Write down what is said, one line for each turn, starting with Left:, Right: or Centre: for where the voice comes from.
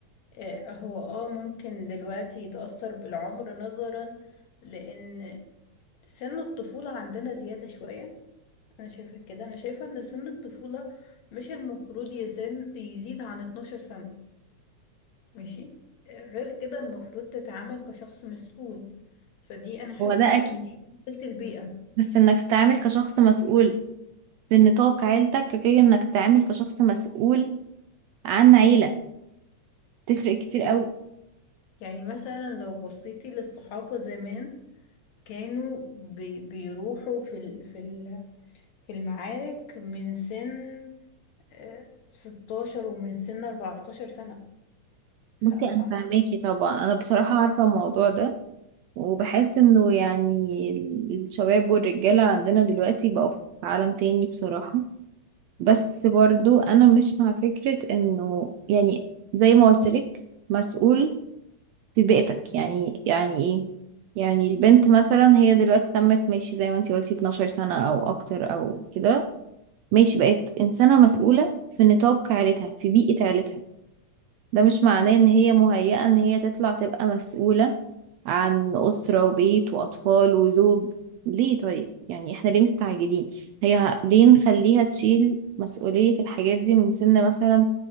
Left: آه، هو اه ممكن دلوقتي يتأثر بالعمر نظرا لأن سن الطفولة عندنا زيادة شوية انا شايفة كده انا شايفة ان سن الطفولة مش المفروض يزن يزيد عن 12 سنة ماشي غير كده المفروض تتعامل كشخص مسؤول فدي انا حاسة
Right: هو ده اكيد
Left: ان هي مشكلة البيئة
Right: بس انك تتعامل كشخص مسؤول في نطاق عيلتك غير انك تتعامل كشخص مسؤول عن عيلة تفرق كتير
Left: يعني
Right: قوي
Left: يعني مثلا لو بصيتي للصحابة زمان كانوا بي بيروحوا في ال في ال في المعارك من سن آه، 16 ومن سن 14 سنة ف
Right: بصي
Left: ف
Right: انا فاهماكي طبعا انا بصراحة عارفة الموضوع ده وبحس انه يعني الشباب والرجالة عندنا دلوقتي بقوا في عالم تاني بصراحة بس برضو انا مش مع فكرة انه يعني زي ما قلت لك مسؤول في بيئتك يعني يعني ايه يعني البنت مثلا هي دلوقتي تمت ماشي زي ما انتي قلتي 12 سنة او اكتر او كده ماشي بقت انسانة مسؤولة في نطاق عيلتها في بيئة عيلتها ده مش معناه ان هي مهيئة ان هي تطلع تبقى مسؤولة عن اسرة وبيت واطفال وزوج ليه طيب يعني احنا ليه مستعجلين هي ه- ليه نخليها تشيل مسؤولية الحاجات دي من سن مثلا